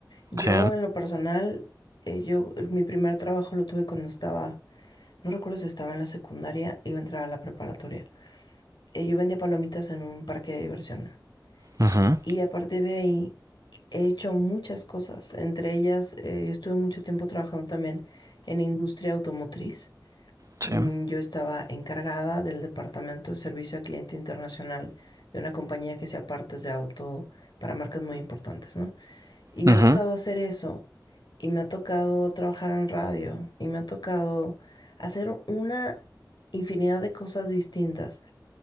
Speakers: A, on the left (about 85°); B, on the right (about 50°).
A: Yo,
B: Sí,
A: en lo personal, eh, yo, mi primer trabajo lo tuve cuando estaba, no recuerdo si estaba en la secundaria, iba a entrar a la preparatoria. Eh, yo vendía palomitas en un parque de diversiones.
B: ujú,
A: Y a partir de ahí he hecho muchas cosas. Entre ellas, eh, yo estuve mucho tiempo trabajando también en industria automotriz.
B: sí,
A: Mm, Yo estaba encargada del departamento de servicio al cliente internacional de una compañía que hacía partes de auto para marcas muy importantes, ¿no? Y me
B: ujú,
A: ha tocado hacer eso, y me ha tocado trabajar en radio, y me ha tocado hacer una infinidad de cosas distintas